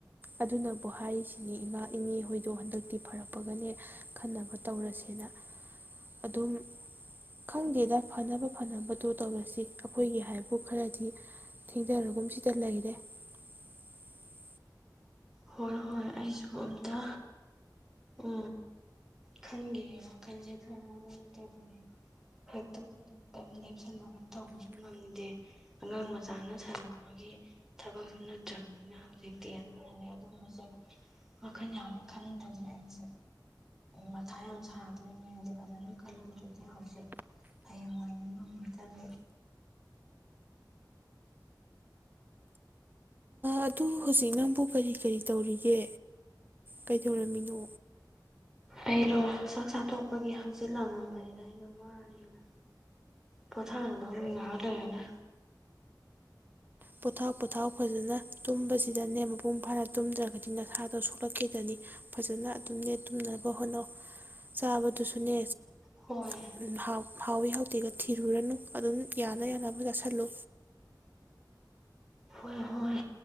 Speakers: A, on the right; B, in the centre.
A: ꯑꯗꯨꯅꯕꯨ ꯍꯥꯏꯔꯤꯁꯤ ꯏꯃꯥ ꯏꯅꯦ ꯍꯣꯏꯗꯣ ꯍꯟꯗꯛꯇꯤ ꯐꯔꯛꯄꯒꯅꯦ ꯈꯟꯅꯕ ꯇꯧꯔꯁꯦꯅ ꯑꯗꯨꯝ ꯈꯪꯗꯦꯗ ꯐꯅꯕ ꯐꯅꯕꯗꯣ ꯇꯧꯔꯁꯤ ꯑꯩꯈꯣꯏꯒꯤ ꯍꯥꯏꯕꯨ ꯈꯔꯗꯤ ꯊꯦꯡꯗꯔꯒꯨꯝ ꯁꯤꯗ ꯂꯩꯔꯦ꯫ <inaudible>
B: ꯍꯣꯏ ꯍꯣꯏ ꯑꯩꯖꯨ ꯑꯝꯇ ꯎ ꯈꯟꯒꯤꯒꯦ ꯋꯥꯈꯜꯁꯦ ꯐꯅ ꯑꯗꯨꯝ ꯇꯔꯤꯅꯦ ꯍꯦꯛꯇ ꯈꯨꯗꯛꯇ ꯂꯦꯞꯁꯜꯂꯒ ꯇꯧꯕꯁꯨ ꯉꯝꯗꯦ ꯑꯉꯥꯡ ꯃꯆꯥꯅ ꯁꯥꯟꯅꯕꯒꯤ ꯊꯕꯛꯁꯨ ꯅꯠꯇ꯭ꯔꯕꯅꯤꯅ ꯍꯧꯖꯤꯛꯇꯤ ꯑꯗꯨꯅꯅꯦ꯫ ꯑꯗꯨꯕꯁꯦ ꯋꯥꯈꯜ ꯌꯥꯝ ꯈꯟꯗ꯭ꯔꯗꯤ ꯑꯁꯦ ꯃꯊꯥ ꯌꯥꯝ ꯁꯥꯗꯣꯏꯅꯤ ꯍꯥꯏꯁꯦ ꯐꯖꯅ ꯈꯟꯍꯧꯗꯔ꯭ꯗꯤ ꯍꯧꯖꯤꯛ ꯍꯌꯦꯡ ꯋꯥꯏ ꯅꯤꯉꯝꯃꯛꯇꯕ
A: ꯑꯗꯨ ꯍꯧꯖꯤꯛ ꯅꯪꯕꯨ ꯀꯔꯤ ꯀꯔꯤ ꯇꯧꯔꯤꯒꯦ ꯀꯩꯗꯧꯔꯝꯃꯤꯅꯣ?
B: ꯑꯩꯔꯣ ꯆꯥꯛ ꯆꯥꯊꯣꯛꯄꯒꯤ ꯍꯛꯆꯤꯜ ꯂꯦ ꯑꯩꯅ ꯋꯥꯔꯦꯅ ꯄꯣꯊꯥꯗꯧꯅꯤ ꯉꯛ ꯂꯩꯔꯒ꯫
A: ꯄꯣꯊꯥꯎ ꯄꯣꯊꯥꯎ ꯐꯖꯅ ꯇꯨꯝꯕꯁꯤꯗꯅꯦ ꯃꯄꯨꯡ ꯐꯥꯅ ꯇꯨꯝꯗ꯭ꯔꯒꯗꯤ ꯅꯁꯥꯗꯣ ꯁꯣꯛꯂꯛꯀꯗꯅꯤ ꯐꯖꯅ ꯑꯗꯨꯝꯅꯦ ꯇꯨꯝꯅꯕ ꯍꯣꯠꯅꯧ ꯆꯥꯕꯗꯨꯁꯨꯅꯦ
B: ꯍꯣꯏ
A: <unintelligible> ꯍꯥꯎꯋꯤ ꯍꯥꯎꯇꯦꯒ ꯊꯤꯔꯨꯔꯅꯨ ꯑꯗꯨꯝ ꯌꯥꯅ ꯌꯥꯅꯕ ꯆꯥꯁꯤꯜꯂꯨ꯫
B: ꯍꯣꯏ ꯍꯣꯏ